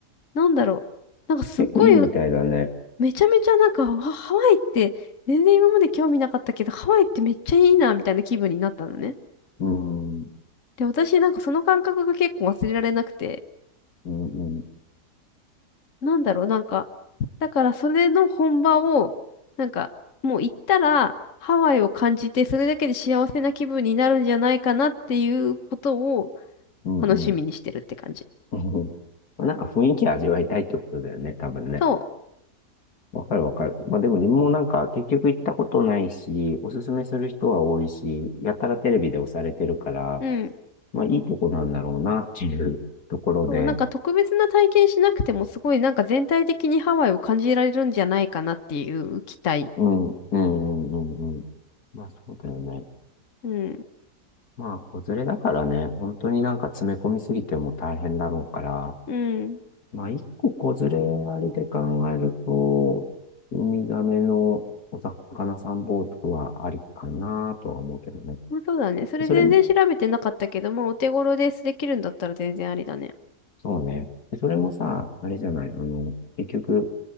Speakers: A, on the left; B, on the left.
A: なんだろう。なんかすっごい、
B: 結構いいみたいだね。
A: めちゃめちゃなんか、わハワイって全然今まで興味なかったけど、ハワイってめっちゃいいな、みたいな気分になったのね。
B: うん、うん、
A: で、私なんかその感覚が結構忘れられなくて、
B: うん、
A: なんだろう、なんか、だからそれの本場を、なんか、もう行ったら、ハワイを感じて、それだけで幸せな気分になるんじゃないかなっていうことを
B: うん、
A: 楽しみにしてるって感じ。
B: うん。うん <laughs> なんか雰囲気味わいたいってことだよね、多分ね。
A: そ
B: わかるわかる。まあでも自分もなんか結局行ったことないし、おすすめする人は多いし、やたらテレビで押されてるから、
A: う。うん。
B: まあいいとこなんだろうなっていうところで、
A: そう、なんか特別な体験しなくてもすごいなんか全体的にハワイを感じられるんじゃないかなっていう期待。
B: うん、うん、うん、うんうん。まあそうだよね。
A: うん。
B: まあ子連れだからね、本当になんか詰め込みすぎても大変だろうから、
A: うん。
B: まあ、一個子連れありで考えると、ウミガメのお魚さんボートはありかなとは思うけどね。
A: まあ、そうだね。それ全然調べてなかったけど、
B: それも、
A: まあお手頃ですできるんだったら全然ありだね。
B: そうね。でそれもさ、あれじゃない、あの、結局、